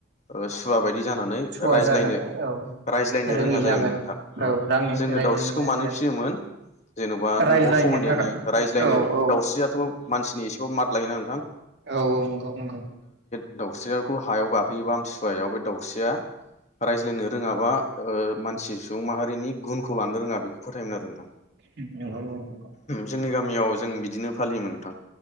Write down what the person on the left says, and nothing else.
ओ सुवा बायदि जानानै
रायज्लायनो
रायज्लायनो
रोङा
जायो नोंथां औ
जोङो
दावस्रिखौ
मानो
फिसियो मोन जेन'बा
न'आव समायनायनि
रायज्लायनो
दावस्रियाथ' मानसिनि जब माथ लायो ना नोंथां
दाउस्रियाखौ हायाव गाखोयोबा आमथिसुवायाव बे दाउस्रिया रायज्लायनो रोङाबा ओ मानसि सुबुं माहारिनि गुनखौ लानो रोङा बेखौ फोथायो मोन आरो
जोंनि गामियाव जों बि बिदिनो फालियोमोन नोंथां